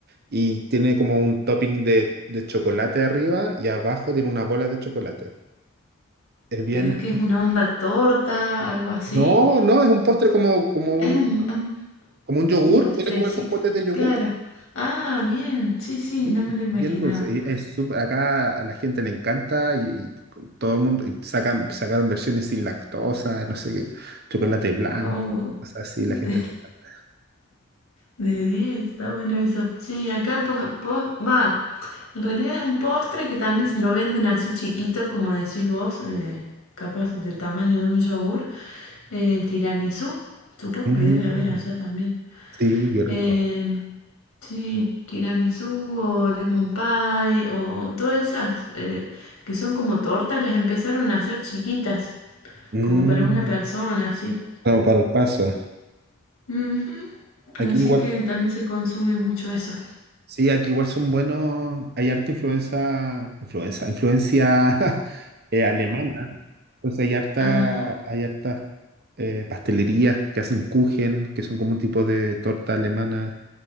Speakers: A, on the right; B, on the left.
A: y tiene como un topping de, de chocolate arriba y abajo tiene una bola de chocolate. Es bien...
B: ¿Pero qué es una onda torta, algo así?
A: No, no, es un postre como, como un,
B: Es un, un,
A: como un yogur,
B: un postrecito,
A: tiene como esos potes de yogur.
B: claro. Ah, bien, sí, sí,
A: Sí,
B: no me lo imaginaba.
A: es Bien dulce, y es súper, acá a la gente le encanta y, y todo el mundo, y sacan, sacaron versiones sin lactosa, no sé qué, chocolate blanco,
B: Oh,
A: cosas así,
B: <laughs>
A: la gente le encanta.
B: De 10 está bueno eso. Sí, acá po po va. En realidad es un postre que también se lo venden así chiquito, como decís vos, eh, capaz del tamaño de un yogur. Eh, el tiramisú, supongo
A: Mm,
B: que debe haber allá también.
A: Sí, qué rico.
B: Eh, sí, tiramisú o lemon pie o todas esas eh, que son como tortas, las empezaron a hacer chiquitas,
A: mm,
B: como para una persona, así.
A: no, para el paso.
B: Ujú.
A: Aquí
B: Así
A: igual.
B: que también se consume mucho eso.
A: Sí, aquí igual son buenos, hay harta influencia, influenza, influencia <laughs> eh, alemana, entonces hay harta,
B: Ajá.
A: hay hartas eh, pastelerías que hacen Kuchen, que son como un tipo de torta alemana.